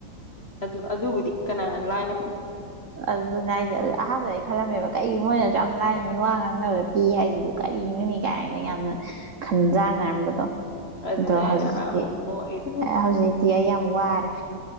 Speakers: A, on the left; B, on the right.
A: ꯑꯗꯨ ꯑꯗꯨꯕꯨꯗꯤ ꯀꯅꯥꯅ ꯂꯥꯏꯟ
B: ꯑꯗꯨ ꯅꯥꯏꯁꯦ ꯑꯗꯨ ꯑꯍꯥꯟꯕꯗ ꯑꯩ ꯈꯜꯂꯝꯃꯦꯕ ꯀꯩꯒꯤꯣ ꯃꯣꯏꯅ ꯌꯥꯝ ꯂꯥꯏꯔꯝꯃꯤ ꯋꯥ ꯉꯥꯡꯅꯕꯗ ꯄꯤ ꯍꯥꯏꯁꯤꯕꯨ ꯀꯔꯤꯅꯅꯤ ꯀꯥꯏꯅꯒ ꯌꯥꯝꯅ ꯈꯟꯖꯥꯟꯅꯔꯝꯕꯗꯣ
A: ꯑꯗꯨꯅꯦ
B: ꯑꯗꯣ
A: ꯑꯩꯅ
B: ꯍꯧꯖꯤꯛꯇꯤ
A: ꯑꯍꯥꯟꯕ ꯅꯣꯛꯏꯗꯣ
B: ꯍꯧꯖꯤꯛꯇꯤ ꯑꯩ ꯌꯥꯝ ꯋꯥꯔꯦ